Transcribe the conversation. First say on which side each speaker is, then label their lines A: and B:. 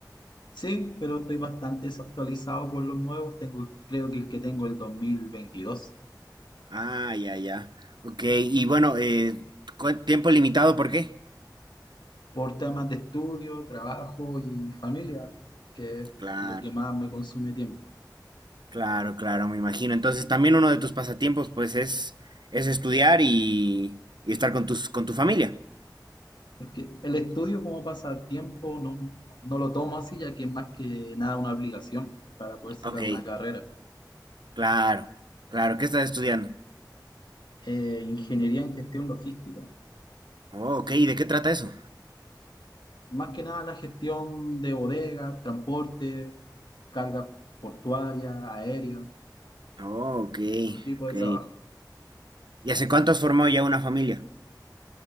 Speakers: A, on the left; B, on the right.
A: Sí, pero estoy bastante desactualizado con los nuevos. Tengo, creo que el que tengo es el dos mil veintidós
B: Ah, ya, ya. Ok, y bueno, eh, cu- tiempo limitado, ¿por qué?
A: por temas de estudio, trabajo y familia, que es
B: Claro,
A: lo que más me consume tiempo.
B: claro, claro, me imagino. Entonces también uno de tus pasatiempos, pues, es, es estudiar y, y estar con tus, con tu familia.
A: Es que el estudio como pasatiempo no, no lo tomo así, ya que es más que nada una obligación para poder sacar
B: Ok,
A: una carrera.
B: claro, claro. ¿Qué estás estudiando?
A: eh, ingeniería en gestión logística.
B: Oh, ok, ¿y de qué trata eso?
A: Más que nada la gestión de bodegas, transporte, carga portuaria, aérea,
B: Oh, ok,
A: ese tipo
B: ok.
A: de trabajo.
B: ¿Y hace cuánto has formado ya una familia?